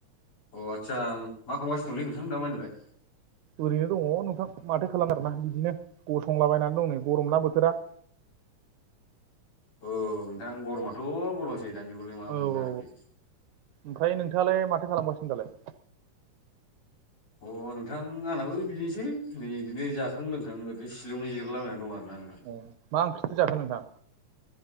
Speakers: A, on the left; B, on the right.
A: अ आस्सा मा खालामगासिनो दंलै नोंथां दामानिलाय
B: ओरैनो दङ नोंथां माथो खालामनो आरोना बिदिनो गसंलाबायनानै दं नै गरमना बोथोरा
A: औ नोंथां गरमाथ' गरमसै दानि जुगावलाय मा बुंबावनो
B: औ औ
A: आरोखि
B: ओमफ्राय नोंथाङालाय माथो खालामगासिनो दालाय
A: अ नोंथां आंनाबो बिदिनोसै नै बिदिनो जाखां लोंखां ओरैनो सिलायावनो जिरालाबायनानै दं आरोना नोंथां
B: अ मा ओंख्रिथि जाखो नोंथां